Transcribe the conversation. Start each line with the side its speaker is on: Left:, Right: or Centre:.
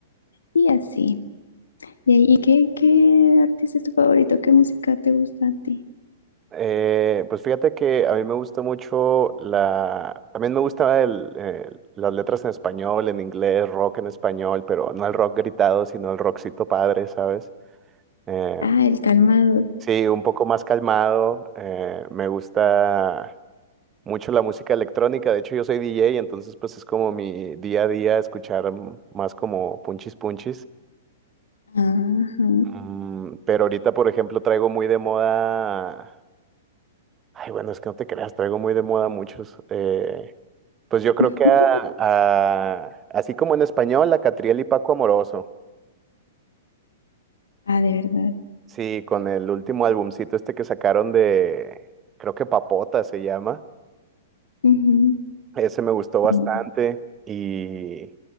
Left: Y así. ¿Y ahí qué, qué artista es tu favorito? ¿Qué música te gusta a ti?
Right: Eh, pues fíjate que a mí me gusta mucho la... También me gusta el, el- las letras en español, en inglés, rock en español, pero no el rock gritado, sino el rockcito padre, ¿sabes? Eh,
Left: Ah, el calmado.
Right: sí, un poco más calmado. eh, me gusta mucho la música electrónica. De hecho, yo soy DJ, entonces pues es como mi día a día escuchar mm, más como punchis punchis.
Left: Ajá.
Right: Mm, pero ahorita, por ejemplo, traigo muy de moda. Ay, bueno, es que no te creas, traigo muy de moda muchos. eh, pues yo creo
Left: <laughs>
Right: que a- a- así como en español, a Catriel y Paco Amoroso.
Left: Ah, de verdad.
Right: Sí, con el último albumcito este que sacaron de, creo que Papota se llama.
Left: Ujú.
Right: Ese me gustó bastante.
Left: Mm,
Right: Y